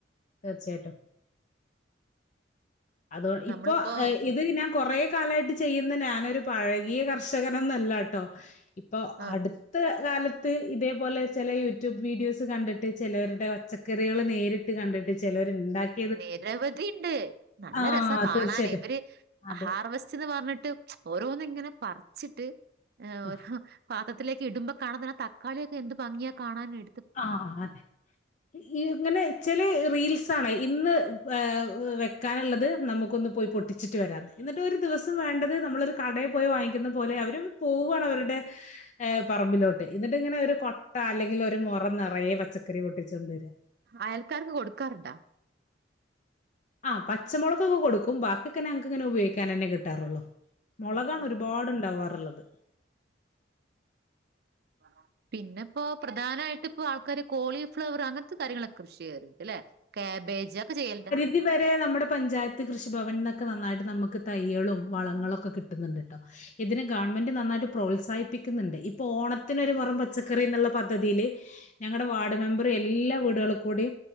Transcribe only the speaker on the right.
നമ്മളിപ്പോ
ആ
നിരവധി ഉണ്ട് നല്ല
രസ കാണാനേ
ഇവര്
ഹാർവസ്റ്റ് എന്ന് പറഞ്ഞിട്ട് ഓരോന്ന്ങ്ങനെ പറ്ച്ച്ട്ട് ഓരോ
പാത്രത്തിലേക്ക് ഇടുമ്പോ തക്കാളിയൊക്കെ എന്ത് ഭംഗിയാ കാണാന് എ
അയൽക്കാർക്ക് കൊടുക്കാറുണ്ടൊ
ഉം ഉം
ആഹ് പിന്നെ ഇപ്പോൊ പ്രധാനമായിട്ട് ഇപ്പൊ ആൾക്കാര് കോളിഫ്ലവർ അങ്ങനത്തെ കാര്യങ്ങളൊക്കെ കൃഷി ചെയ്യാരിക്കും അല്ലെ കേബേജ് അതൊക്കെ ചെയ്യല്ണ്ടൊ